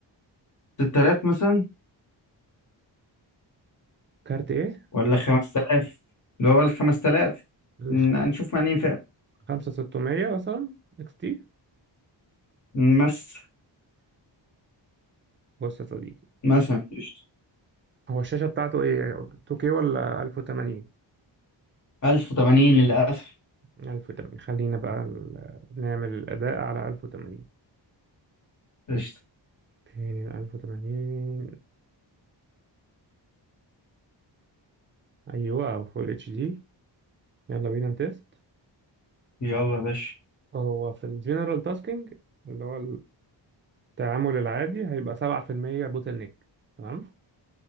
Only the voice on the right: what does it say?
كارت ايه
الخ-
خمسة ستمية مثلا اكس تي
بص يا صديقي
هو الشاشة بتاعته ايه 2K ولا 1080
1080 خلينا بقى ال- نعمل الأداء على 1080
فين ال 1080 أيوة أو فول اتش دي يلا بينا نتست
هو في الجنرال تاسكينج اللي هو التعامل العادي هيبقى 7% بوتل نيك تمام